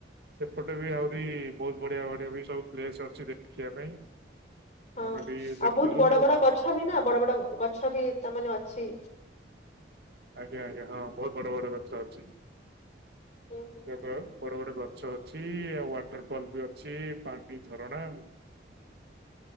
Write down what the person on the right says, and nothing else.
ସେପଟେ ବି ଆହୁରି ବହୁତ ବଢିଆ ବଢିଆ ବି ସବୁ ପ୍ଲେସ ଅଛି ଦେଖିବା ପାଇଁ।
ଆମେ ବି ଦେଖିଲୁ
ଆଜ୍ଞା ଆଜ୍ଞା ହଁ ବହୁତ ବଡ ବଡ ଗଛ ଅଛି।
<unintelligible> ବଡ ବଡ ଗଛ ଅଛି ଆଉ ୱାଟର ଫଲ ବି ଅଛି ପାଣି ଝରଣା।